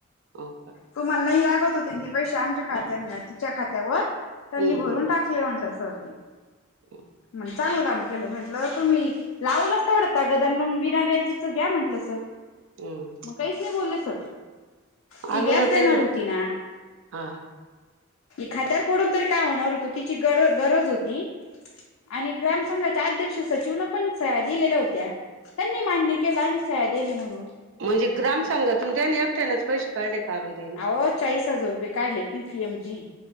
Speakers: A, on the right; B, on the left.
A: हो का
B: तुम्हाला नाही लागत होते ना ते - पैशे आमच्या खात्यां तिच्या खात्यावर. त्यांनी
A: हम्म
B: भरून टाकले म्हटलं सर ते.
A: <unintelligible>
B: म्हणे चांगलं काम केलं. म्हटलं तुम्ही- लावलंच तेवडं तगादा न मंग बिना व्याजीचं घ्या म्हंटलं सर.
A: हम्.
B: म काहीच नाही बोलले सर. ती
A: अरुणा
B: व्याज देणार
A: ताई न
B: होती ना.
A: हा हा.
B: खात्यावर पडून तरी काय होणार होत तिची ग गरज होती. आणि ग्राम संघाच्या अध्यक्ष, सचिवना पण सह्या दिलेल्या होत्या. त्यांनी मान्य केलं आम्ही सह्या देल हे म्हणून.
A: म्हणजे ग्रामसंघातून त्याने एकटेनच पैसे काढले? का अरुणाताई ना
B: अहो चाळीस हजार रुपये काढले पी फि एम जी.